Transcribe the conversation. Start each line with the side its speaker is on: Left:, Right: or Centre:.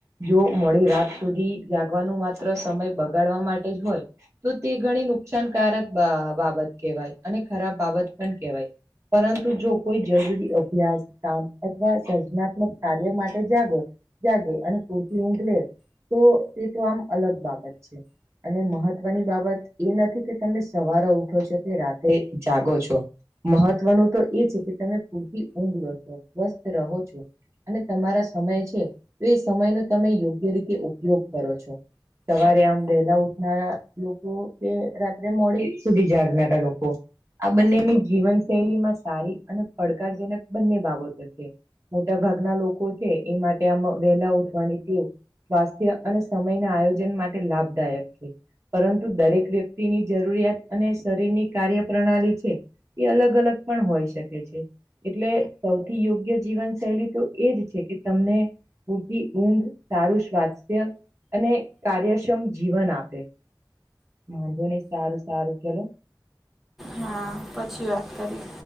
Right: જો મોડી રાત સુધી જાગવાનું માત્ર સમય બ ગાડવા માટે જ હોય તો તે ઘણી નુકસાનકારક બા બાબત કહેવાય. અને ખરાબ બાબત પણ કેહેવાય. પરંતુ જો કોઈ જરુરીયાત અભ્યાસ કામ અથવા સર્જનાત્મક કાર્ય માટે જાગો જાગો અને પુરતી ઉંઘ લે તો તે તો આમ અલગ બાબત છે. અને મહત્વની બાબત એ નથી કે તમે સવારે ઉઠો છો કે રાત એ જાગો છો. મહત્વનું તો એ છે કે તમે પૂરતી ઉંઘ લો છો સ્વસ્થ રહો છો. અને તમારા સમય છે તો એ સમયનો તમે યોગ્ય રીતે ઉપયોગ કરો છો. સવારે આમ વેલા ઉઠનારા લોકો કે રાત્રે મોડી સુધી જાગનારા લોકો આ બંનેની જીવન શૈલીમાં સારી અને પડકારજનક બંને બાબતો છે. મોટા ભાગના લોકો છે એ માટે આમ વહેલા ઉઠવાની ટેવ સ્વાસ્થ્ય અને સમયના આયોજન માટે લાભદાયક છે. પરંતુ દરેક વ્યક્તિની જરૂરિયાત અને શરીરની કાર્ય પ્રણાલી છે એ અલગ અલગ પણ હોય શકે છે એટલે સૌથી યોગ્ય જીવન શૈલી તો એજ છે કે તમને પુરતી ઊંઘ સારું સ્વાસ્થ્ય અને કાર્યક્ષમ જીવન આપે વાંધો નય સારું સારું ચાલો.
Centre: હા પછી વાત કરીએ.